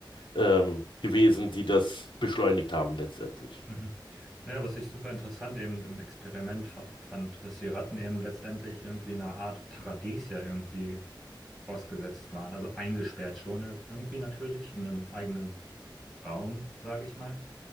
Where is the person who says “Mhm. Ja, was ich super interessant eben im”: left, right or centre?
Centre